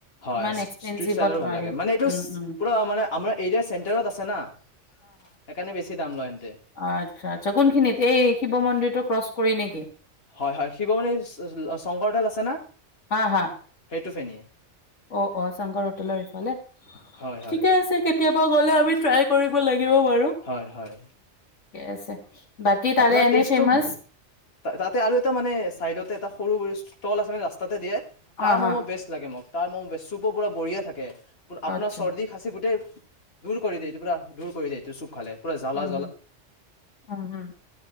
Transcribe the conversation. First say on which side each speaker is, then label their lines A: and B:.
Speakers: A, on the left (about 55°); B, on the left (about 80°).
A: হয়,
B: ইমান
A: চি-
B: এক্সপেঞ্চিভত
A: চি, স্ত্ৰীটচাইডৰো ভাল
B: নোৱাৰি
A: লাগে, মানে এইটোচ
B: উম উম
A: পৰা মানে আমাৰ এইৰে চেণ্টাৰত আছে। চেনা। সেইকাৰণে বেছি দাম লয়েন।
B: অ', আচ্ছা-আচ্ছা, কোনখিনিত এই শিৱ মন্দিৰটো ক্ৰচ কৰি নিকি?
A: হয়, হয়, শিৱমন্দিচ অ' সংকৰ্দাল আছে না?
B: হা-হা।
A: এইটো ফেনিয়ে।
B: অ অ চাংগৰ হোটেলৰ ইফালে
A: হয় হয়
B: ঠিকে আছে। কেতিয়াবা গ'লে আমি ট্ৰাই কৰিব লা। কিয় বাৰু।
A: হয় হয়
B: আছে। বাকী তাৰে
A: আপোনাৰ
B: এনেই
A: টেষ্টতো,
B: ফেমাচ
A: তাতে আৰু এটা মানে চাইডতে এটা সৰু ৰেষ্টু টল আছে মানে ৰাস্তাতে দিয়ে। তাৰ
B: অ
A: ম'ম
B: হা
A: বেষ্ট লাগে মোক। তাৰ ম'ম বেষ্ট, চুপো পোৰা বঢ়িয়া থাকে। আপোনাৰ
B: আচ্ছা
A: চৰ্দি খাচি গোটেই দূৰ কৰি দে, এইটো পুৰা দোৰ কৰি দে, এইটো চুপ খালে। পুৰা জ্বালা
B: উম! উম! উম! উম!